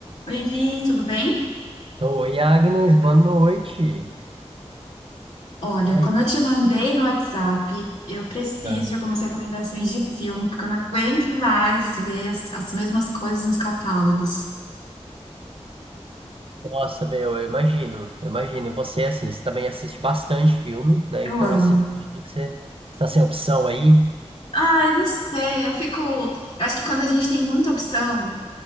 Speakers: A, on the left (about 80°); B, on the right (about 55°).
A: Oi, Vi, tudo bem?
B: Oi, Agnes, boa noite.
A: Olha,
B: E aí?
A: como eu te mandei no WhatsApp, eu preciso
B: tá?
A: de algumas recomendações de filme, porque eu não aguento mais ver as, as mesmas coisas nos catálogos.
B: Nossa, meu, eu imagino, eu imagino. E Você, assim, você também assiste bastante filme, né?
A: Eu
B: Então,
A: amo.
B: assim, imagino que você está sem opção aí.
A: Ai, não sei, eu fico. Eu acho que quando a gente tem muita opção,